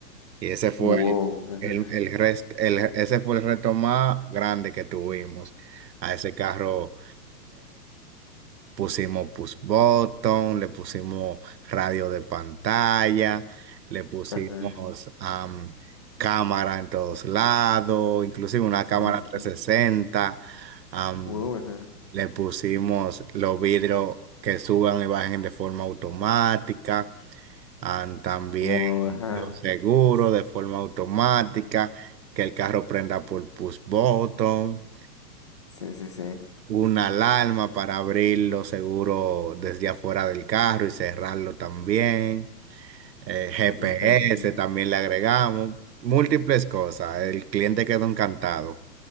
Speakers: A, on the right; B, on the left.
A: Y ese fue
B: Wow. Ajá.
A: el, el rest- el- ese fue el reto más grande que tuvimos. A ese carro pusimos push button, le pusimos radio de pantalla, le pusimos
B: Ajá.
A: am, cámara en todos lados, inclusive una cámara
B: Sí, sí.
A: 360,
B: sí.
A: am,
B: Wow, ajá.
A: le pusimos los vidrios que suban y bajen de forma automática, am, también
B: Wow, ajá.
A: los seguros de forma automática, que el carro prenda por push button
B: Sí, sí, sí.
A: una alarma para abrirlo seguro desde afuera del carro y cerrarlo también. eh, GPS
B: Híjole, sí.
A: también le agregamos. Múltiples cosas. El cliente quedó encantado.